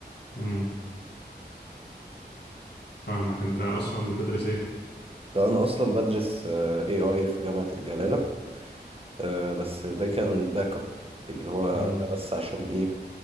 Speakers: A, on the left; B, on the right.
A: مم. فاهمك أنت أصلا بتدرس إيه؟
B: ده انا اصلا بدرس آه، AI في جامعة الجلالة آه، بس ده كان باك اب اللي هو
A: مم.
B: ده بس عشان ايه